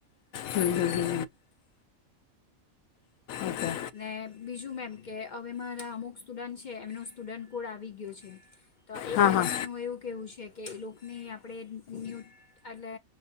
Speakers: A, on the left; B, on the left.
A: હમ હમ હમ. ઓકે
B: ને બીજું મેમ કે હવે મારા અમુક સ્ટુડન્ટ છે એમનો સ્ટુડન્ટ કોડ આવી ગયો છે. તો એ
A: હા
B: પેરેન્ટ્સનું
A: હા
B: એવું કહેવું છે કે લોકોને આપણે ન્યૂ એટલે